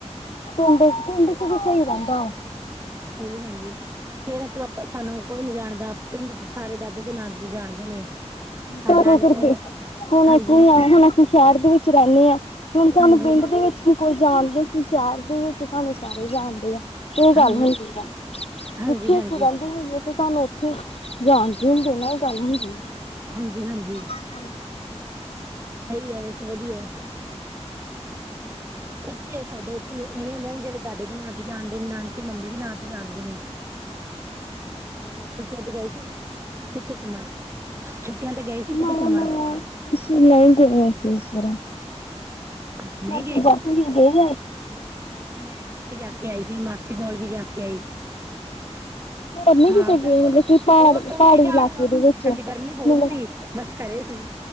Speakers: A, on the left (about 60°); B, on the right (about 20°).
A: ਪਿੰਡ, ਪਿੰਡ ਚ ਵੀ ਸਈ ਰੈਣ ਦਾ।
B: ਹਾਂਜੀ-ਹਾਂਜੀ, ਫੇਰ ਆਛੁ ਵਾਪਸ ਸਾਨੂੰ। ਕੋਈ ਨਈ ਜਾਣਦਾ, ਪਿੰਡ ਚ ਸਾਰੇ ਦਾਦੇ ਦੇ ਨਾਂ ਤੇ ਜਾਣਦੇ ਨੇ।
A: ਤਾਬਾ
B: ਨਾਨਕੇ
A: ਕਰਕੇ, ਹੁਣ
B: ਹਾਂਜੀ
A: ਇੱਕੋ ਆਏ ਹੁਣੇ। ਹੁਣ ਸ਼ੇਅਰ ਦੇ ਵਿੱਚ ਰੈਨੇ ਆ, ਹੁਣ ਤੁਆਨੂੰ
B: ਹਾਂਜੀ
A: ਪਿੰਡ
B: ਹਾਂਜੀ
A: ਦੇ ਵਿੱਚ ਵੀ। ਕੋਈ ਜਾਣਦੇ ਸੀ? ਸ਼ਹਿਰ ਦੇ ਵਿ ਤੁਸਾਨੂੰ ਸਾਰੇ ਜਾਣਦੇ ਆ। ਓਹ ਗੱਲ
B: ਹਾਂ
A: ਹੋਈ ਉਈ ਆ, ਜਿਥੇ
B: ਹਾਂਜੀ ਹਾਂਜੀ
A: ਅਸੀਂ ਰੈਂਦੇ ਰਈ ਏ। ਤੇ ਤੁਹਾਨੂੰ ਉੱਥੇ, ਜਾਣਦੇ ਹੁੰਦੇ ਨਾ ਇਹ ਗੱਲ ਹੁੰਦੀ।
B: ਹਾਂਜੀ-ਹਾਂਜੀ।
A: <inaudible>
B: ਐਈ ਐਵੇਂ ਸੈ ਵਧੀਆ। ਇੱਥੇ ਸਾਡੇ ਇੱਥੇ ਐਵੇਂ ਹੁੰਦਾ ਜੈੜੇ ਦਾਦੀ ਦੇ ਨਾਂ ਤੇ ਜਾਣਦੇ ਨੇ, ਨਾਨਕੇ ਮੰਮੀ ਦੇ ਨਾਂ ਤੇ ਜਾਣਦੇ ਣੇ? ਓਰ ਛੁੱਟੀਆਂ ਤੇ ਗਏ ਸੀ, ਕਿੱਥੇ ਘੁੰਮਣ, ਛੁੱਟੀਆਂ ਤੇ ਗਏ ਸੀ ਕਿਤੇ
A: ਮ-ਮ,
B: ਘੁੰਮਣ
A: ਇਸਨੂੰ ਲਾਈਨ ਕਹੋ ਇਸ ਤਰ੍ਹਾਂ।
B: ਨਹੀਂ
A: ਬਸ
B: ਗਏ
A: ਜਪੂ ਜੀ ਡੀਗ ਆਏ।
B: ਹਾਂਜੀ, ਮੈਂ ਨਾਨਕੇ ਜਾ ਕੇ ਆਈ ਸੀ ਮਾਸੀ ਕੋਲ ਵੀ ਜਾ ਕੇ ਆਈ।
A: ਹੋਰ ਨੀ
B: ਹਾਂ
A: ਕਿਤੇ
B: ਅਗਰ,
A: ਗਏ ਮਤਲਬ ਕਿ ਪਹਾੜੀ
B: ਔਰ ਕੁਛ
A: ਪਹਾੜੀ
B: ਣੀ ਜਾਨਦਾ
A: ਇਲਾਕੇ
B: ਮਣ
A: ਦੇ ਵਿੱਚ
B: ਕੀਤਾ
A: ਮਤਲਬ
B: ਸੀਗਾ ਗਰਮੀ ਬੋਹਤ ਸੀ। ਬਸ ਘਰੇ ਸੀ।